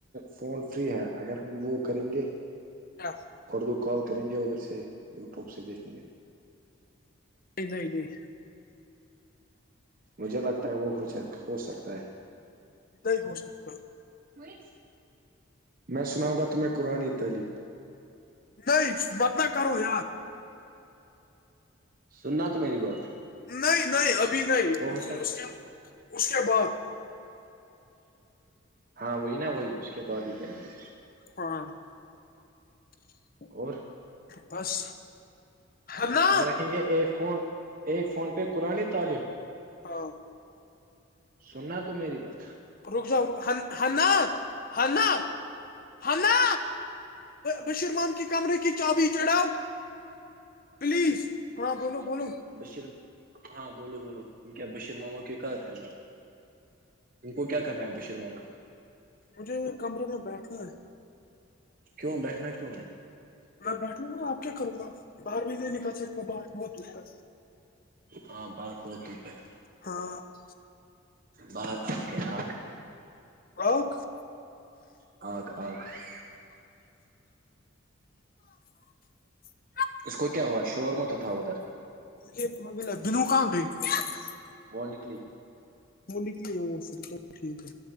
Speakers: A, on the right; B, on the left.
A: phone free ہے اگر ہم وہ کریں گے
B: ر
A: اردو کال کریں گے ادھر سے یوٹیوب سے دیکھیں گے
B: نہیں نہیں نہیں
A: مجھے لگتا ہے وہ ہو ہو سکتا ہے
B: نہیں ہو سکتا
A: وہئی میں سناؤں گا تمہیں قرآانی تعلیم
B: نہیں بت نہ کرو یار
A: سننا تو میری بات
B: نہیں نہیں ابھی نہیں
A: وہ ہو
B: پھر
A: سک
B: اس کے اس کے بعد
A: ہاں وہی نا وہی اس کے بعد ہی کریں گے
B: ہاں <inaudible>
A: اور
B: بس ہے نا
A: ہم رکھیں گے ای فون ایک فون پہ قرانی تعلیم
B: ہاں
A: سننا تو میری بس
B: رک جاؤ ہ نا ہ نا <unintelligible> ہ نا بشیرمان کی کمرے کی چابی چڑھاؤ پلیز ہاں بولو بولو
A: بشیر ہاں بولو بولو ت کیا بشیر ماما کے کہ کرنا ہے ت کو کیا کرنا ہے بشیر مانا کو <unintelligible>
B: مجھے کمرے میں بیٹھا ہے
A: کیوں بیٹھنا کیوں ہے
B: میں بیٹھوں گا آپ کیا کروں گا باہر بھی نہیں نکل سکتا ب بہت دور ہے
A: ہاں بات بہت دھوپ ہے
B: ہاں <unintelligible>
A: ب اوکے اوکے <unintelligible>
B: اک <unintelligible>
A: آگ آ <unintelligible>
B: پ <inaudible>
A: اس کو کیا ہوا شور ما تھاٹھؤ ادھر
B: یہ بنو کہاں گئی <unintelligible>
A: وہ نکلی
B: وہ نکلی وہ پھر تو ٹھیک ہے